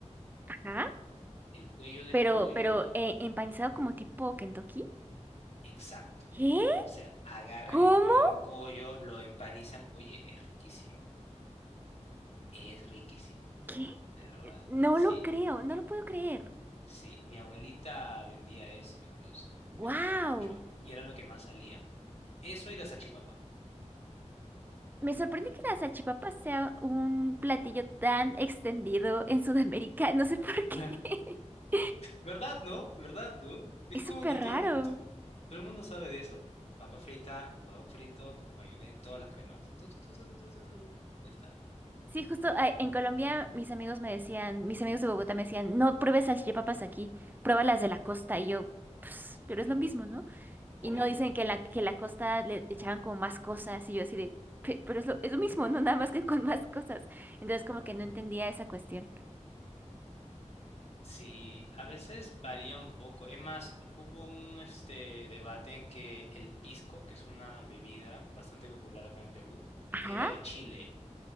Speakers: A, on the right; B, on the left.
A: ¿Ah?
B: El cuello del
A: Pero,
B: pollo,
A: pero, eh, empanizado como tipo Kentucky.
B: exacto. O
A: ¿Qué?
B: sea, agarran
A: ¿Cómo?
B: el cuello del pollo, lo empanizan. Oye, es riquísimo, es riquísimo,
A: ¿Qué?
B: de verdad.
A: Eh, No
B: Sí,
A: lo creo, no lo puedo creer.
B: sí. Mi abuelita vendía eso incluso, vendía
A: ¡Wow!
B: mucho. Y era lo que más salía. Eso y la salchipapa.
A: Me sorprende que la salchipapa sea un platillo tan extendido en Sudamérica. No sé por
B: <laughs>
A: qué. <laughs>
B: ¿Verdad, no? ¿Verdad, no? Es
A: Es
B: como
A: súper
B: que todo
A: raro.
B: el mundo, todo el mundo sabe de eso. Papa frita, hot dog frito, mayonesa, todas las cremas. Tu, tu, tu, tu, tu, tu, tu, tu, tu. Ya está.
A: Sí, justo ah, en Colombia mis amigos me decían, mis amigos de Bogotá me decían, no pruebes salchipapas aquí, pruébalas de la costa. Y yo, pues, pero es lo mismo, ¿no?
B: Obvio.
A: Y no dicen que la, que la costa le echaban como más cosas y yo así de, "Pe- pero es lo, es lo mismo, no <laughs> nada más que con más cosas. Entonces como
B: Obvio.
A: que no entendía esa cuestión.
B: Sí, a veces varía un poco. Es más, hubo un este debate en que el pisco, que es una bebida bastante popular acá en Perú,
A: Ajá.
B: era de Chile